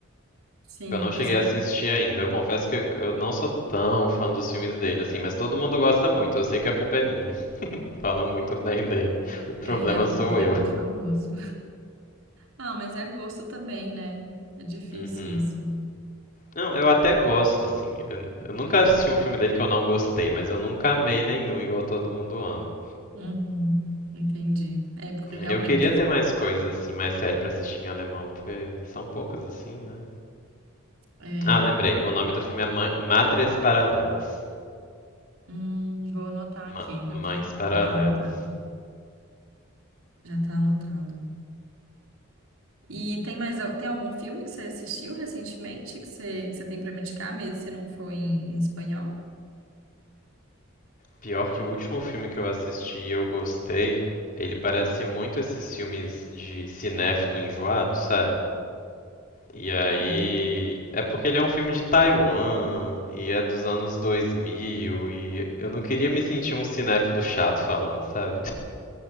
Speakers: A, on the right; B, on the left.
A: Sim,
B: Eu
A: depois
B: não cheguei
A: você...
B: a assistir ainda. Eu confesso que eu eu não sou tão fã dos filmes dele, assim, mas todo mundo gosta muito. Eu sei que a culpa é minha. <laughs> Falam muito bem dele. O problema
A: é, ele é,
B: sou
A: ele
B: eu.
A: é muito famoso. Ah, mas é gosto também, né? É difícil
B: Uhum.
A: isso.
B: Não, eu até gosto, assim. Eu, eu nunca assisti um filme dele que eu não gostei, mas eu nunca amei nenhum igual todo mundo ama.
A: Uhum, entendi. É, porque realmente.
B: Eu queria ter mais coisas, assim, mais série pra assistir em alemão, porque são poucas, assim, né?
A: É,
B: Ah, lembrei. O nome do filme é Ma- Madres Paralelas.
A: hum, vou anotar
B: Ma-
A: aqui, já
B: Mães
A: tá,
B: Paralelas.
A: já tá anotado. Já tá anotado. E tem mais, al- tem algum filme que você assistiu recentemente que você, que você tem pra me indicar, mesmo se não for em, em espanhol?
B: Pior que o último filme que eu assisti e eu gostei, ele parece muito esses filmes de cinéfilo enjoado, sabe? E aí.
A: Como?
B: É porque ele é um filme de Taiwan, e é dos anos 2000, e eu não queria me sentir um cinéfilo chato falando, sabe?